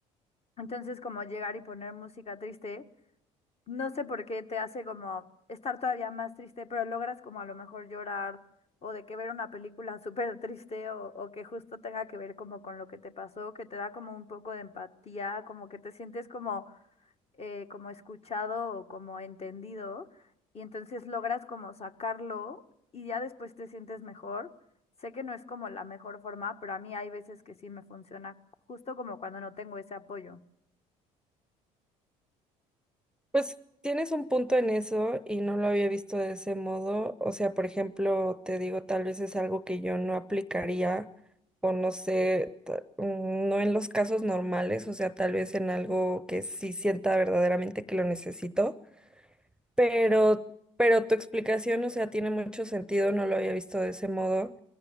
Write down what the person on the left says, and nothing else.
Entonces, como llegar y poner música triste, no sé por qué te hace como estar todavía más triste, pero logras como a lo mejor llorar o de que ver una película <laughs> súper triste o, o que justo tenga que ver como con lo que te pasó, que te da como un poco de empatía, como que te sientes como eh, como escuchado o como entendido y entonces logras como sacarlo y ya después te sientes mejor. Sé que no es como la mejor forma, pero a mí hay veces que sí me funciona, justo como cuando no tengo ese apoyo.